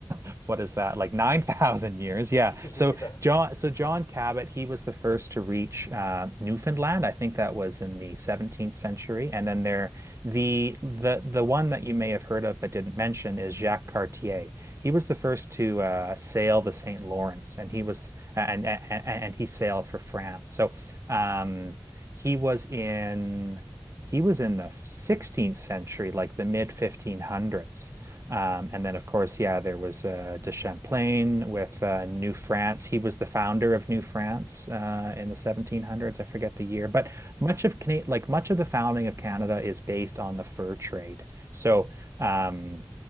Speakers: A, on the right; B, on the left.
A: <laughs> what is that, like 9,000 years? Yeah.
B: <laughs>
A: So
B: Yeah.
A: John, so John Cabot, he was the first to reach uh, Newfoundland. I think that was in the 17th century. And then there, the the the one that you may have heard of but didn't mention is Jacques Cartier. He was the first to
B: Mm.
A: uh, sail the St. Lawrence, and he was and and, and he sailed for France. So um, he was in he was in the 16th century, like the mid 1500s. Um, and then, of course, yeah, there was uh, de Champlain with uh, New France. He was the founder of New France uh, in the 1700s. I forget the year, but much of Cana like much of the founding of Canada is based on the fur trade. So, um,
B: mm.